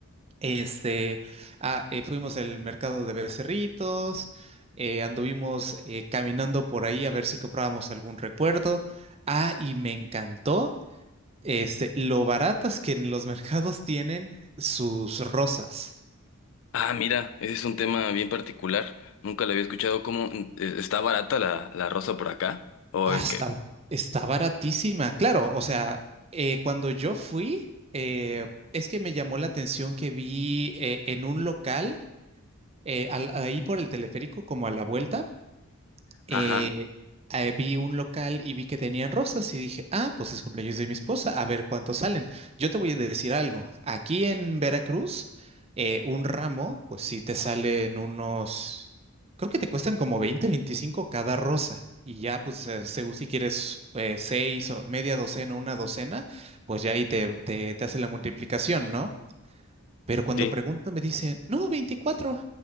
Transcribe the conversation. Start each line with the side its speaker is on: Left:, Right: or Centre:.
Right: Este, ah, eh, fuimos al mercado de Becerritos, eh, anduvimos eh, caminando por ahí a ver si comprábamos algún recuerdo. Ah, y me encantó, este, lo baratas que en los <laughs> mercados tienen sus rosas.
Left: Ah, mira, ese es un tema bien particular. Nunca lo había escuchado. ¿Cómo eh, está barata la, la rosa por acá? O
Right: Ah, está,
Left: qué
Right: está baratísima. Claro, o sea, eh, cuando yo fui, eh, es que me llamó la atención que vi eh, en un local, eh, al- ahí por el teleférico, como a la vuelta eh,
Left: ajá,
Right: eh, vi un local y vi que tenían rosas y dije, ah, pues es cumpleaños de mi esposa, a ver cuántos salen. Yo te voy a decir algo, aquí en Veracruz, eh, un ramo, pues sí te salen unos, creo que te cuestan como 20 25 cada rosa. Y ya, pues, eh, según si quieres eh, seis o media docena, una docena, pues ya ahí te, te, te hace la multiplicación, ¿no? Pero cuando
Left: sí,
Right: pregunto me dicen, no, veinticuatro